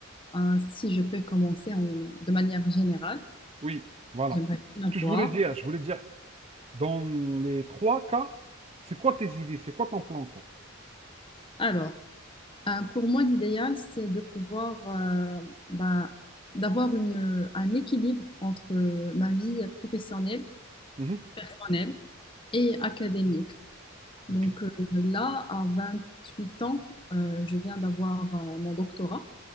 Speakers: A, on the left (about 25°); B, on the right (about 30°).
A: euh, si je peux commencer en- de manière générale,
B: Oui, voilà.
A: j'aimerais bien
B: Ce
A: avoir.
B: que je voulais dire, je voulais dire, dans les trois cas, c'est quoi tes idées? C'est quoi ton plan, quoi?
A: Alors, euh, pour moi, l'idéal, c'est de pouvoir euh, ben, d'avoir une, un équilibre entre euh, ma vie professionnelle,
B: Mhm.
A: personnelle et académique.
B: Ok,
A: Donc euh, là, à vingt huit ans, euh, je viens d'avoir euh, mon doctorat.